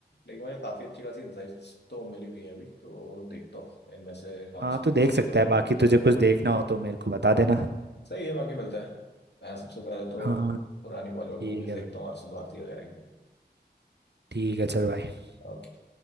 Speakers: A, on the left; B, on the right.
A: लेकिन मुझे काफ़ी अच्छी खासी इंसाइट्स तो मिली हुई हैं अभी तो देखता हूँ इनमें से कौन
B: हाँ
A: सी मूवी
B: तो देख
A: सबसे
B: सकता
A: पहले
B: है बाकी
A: देखता हूँ
B: तुझे कुछ देखना हो तो मेरे को बता देना
A: सही है बाकी मिलता है मैं सबसे पहले तो
B: हाँ
A: पुरानी बॉलीवुड
B: ठीक
A: मूवीज
B: है
A: देखता
B: भाई
A: हूँ अरशद भारती वगैरह
B: ठीक है चल भाई
A: की